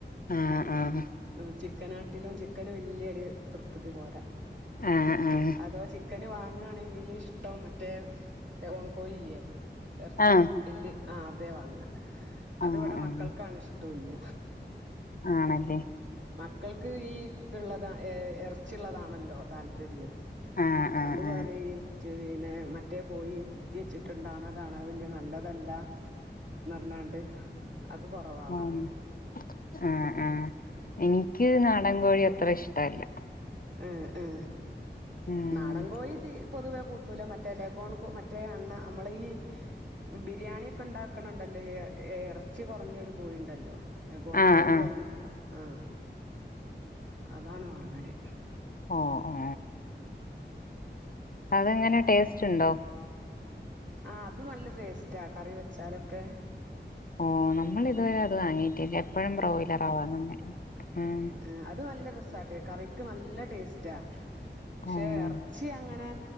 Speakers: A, on the left; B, on the right.
A: ആഹ് ആഹ്
B: മ് ചിക്കനാട്ടിലും ചിക്കന് വല്യൊരു തൃപ്തി പോരാ
A: ആഹ് ആഹ്
B: അതോ ചി ചിക്കന് വാങ്ങുകാണെങ്കില് ഇഷ്ടം മറ്റേ ലോൺ കോഴില്ലേ എർച്ചി
A: ആഹ്
B: ഇല് ആ അതെ വാങ്ങ
A: ആഹ്
B: അതിവിടെ മക്കൾക്കാണെ
A: ആഹ്
B: ഇഷ്ടല്യ
A: ആണല്ലേ
B: മക്കൾക്ക് ഈ ഇത്ള്ളതാ ഏ എറച്ചിയുള്ളതാണല്ലോ താല്പര്യം
A: ആഹ് ആഹ്
B: അതുവരെയും
A: ആഹ്
B: പിന്നെ മറ്റേ കോഴിയെ കുത്തി വെച്ചിട്ടുണ്ടാണതാണ് അത് വല്യ നല്ലതല്ല ന്ന് പറഞ്ഞാണ്ട് അത് കൊറവാവാങ്ങല്
A: ഉം ആഹ് ആഹ് എനിക്ക് നാടൻ കോഴി അത്ര ഇഷ്ടല്ല
B: ഉം ഉം
A: ഉം
B: നാടൻ കോഴീ തീ പൊതുവെ കൂട്ടൂല മറ്റേ ലഗോൺ മറ്റേ അണ്ണ നമ്മളെ ഈ ബിരിയാണി ഒക്കെ ഉണ്ടാക്കണണ്ടല്ലോ എ എറച്ചി കുറഞ്ഞൊരു കോഴി ണ്ടല്ലോ ലഗോൺ
A: ആഹ്
B: കോയി
A: ആഹ്
B: അറിയും ആഹ് അതാണ് വാങ്ങാല്
A: ഓ ഓ അതെങ്ങനെ ടേസ്റ്റ് ഉണ്ടോ
B: ആഹ് അത് നല്ല ടേസ്റ്റാ കറി വെച്ചാലൊക്കെ
A: ഓ നമ്മൾ ഇതുവരെ
B: ഉം
A: അത് വാങ്ങിയിട്ടില്ല എപ്പോഴും ബ്രോയ്ലറ വാങ്ങുന്നെ ഉം
B: ഉം അത് നല്ല രസാ ട്ടെ കറിക്ക് നല്ല ടേസ്റ്റാ പക്ഷേ
A: ഓഹ്
B: എറ ച്ചി അങ്ങനെ